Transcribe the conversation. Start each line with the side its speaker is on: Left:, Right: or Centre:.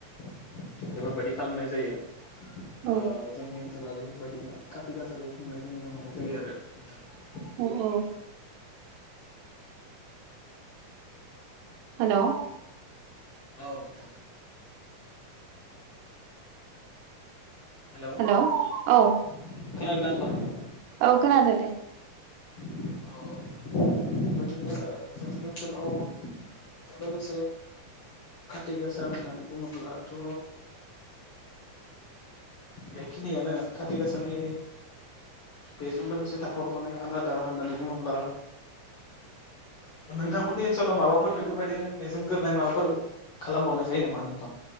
Left: बेफोरबायदि खालामनाय जायो ओ
Right: औ
Left: जोंनि ओनसोलाव बेफोरबायदिनो खाथि गासाखौ खुंनायखौ नुनो मोननाय जायो आरो नोंथां
Right: <unintelligible> हेल'
Left: औ नोंथां। हेलौ
Right: हेल' औ
Left: <unintelligible>
Right: औ खोनादों दे
Left: औ औ बेबायदिनो जोंनि ओनसोलाव बेजों लोगोसे खाथि गोसा होननानै बुङोब्लाथ' बेखिनियानो खाथि गासानि। बेजों लोगोसे थाखाबावनाया आलादा होननानै बुङोब्ला नोंथांमोननि ओनसोलाव माबाफोर बेफोरबायदिनो बेजोंगोरोननाय माबाफोर खालामबावनाय जायो नामा नोंथां